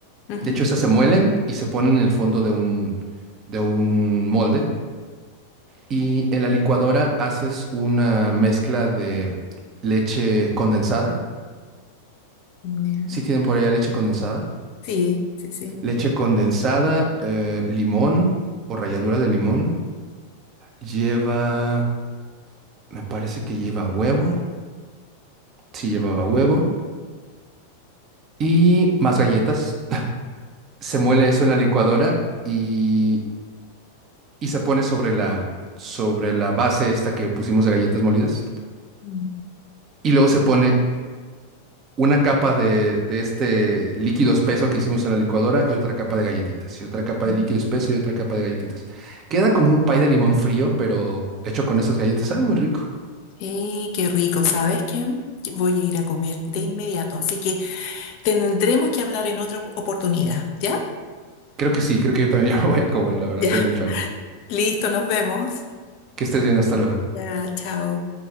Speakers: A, on the left; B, on the right.
A: Ujú.
B: de hecho, esas se muelen y se ponen en el fondo de un, de un molde. Y en la licuadora haces una mezcla de leche condensada.
A: Mm, ya.
B: ¿Sí tienen por allá leche condensada?
A: Sí, sí, sí.
B: Leche condensada, eh, limón o ralladura de limón. Lleva, me parece que lleva huevo. Sí, llevaba huevo. Y más galletas. Se muele eso en la licuadora y, y se pone sobre la, sobre la base esta que pusimos de galletas molidas.
A: Mm.
B: Y luego se pone una capa de, de este líquido espeso que hicimos en la licuadora y otra capa de galletitas. Y otra capa
A: mm.
B: de líquido espeso y otra capa de galletitas. Queda como un pay de limón frío, pero hecho con esas galletas. Ah, muy rico.
A: Sí, qué rico. ¿Sabes qué? Que Voy a ir a comer de inmediato, así que tendremos que hablar en otra oportunidad, ¿ya?
B: Creo que sí, creo que yo también <laughs> ya me voy a comer, la verdad,
A: Ya,
B: tengo
A: <laughs>
B: mucha hambre.
A: listo, nos vemos.
B: Que estés bien, hasta luego.
A: Ya, chao.